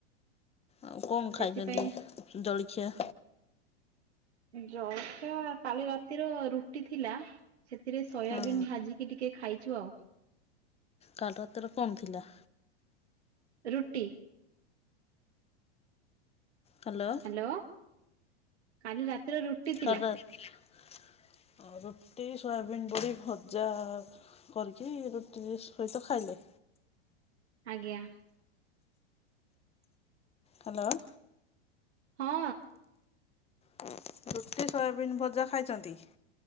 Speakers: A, on the left; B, on the right.
A: ଆଉ କଣ
B: ସେଥିପାଇଁ
A: ଖାଇଛନ୍ତି ଜଳଖିଆ?
B: ଜଳଖିଆ କାଲି ରାତିର ରୁଟି ଥିଲା ସେଥିରେ ସୋୟାବିନ୍
A: ହଁ
B: ଭାଜିକି ଟିକେ ଖାଇଛୁ ଆଉ।
A: କାଲି ରାତିରେ କଣ ଥିଲା?
B: ରୁଟି।
A: ହ୍ୟାଲୋ।
B: ହ୍ୟାଲୋ, କାଲି ରାତିର ରୁଟି
A: କାଲି
B: ଥିଲା
A: ରା
B: ମ
A: ରୁଟି, ସୋୟାବିନ ବଡ଼ି ଭଜା। କରିକି ରୁଟି ସହିତ ଖାଇଲେ।
B: ଆଜ୍ଞା।
A: ହ୍ୟାଲୋ।
B: ହଁ।
A: ହୁଁଁ। ରୁଟି ସୋୟାବିନ୍ ଭଜା ଖାଇଛନ୍ତି?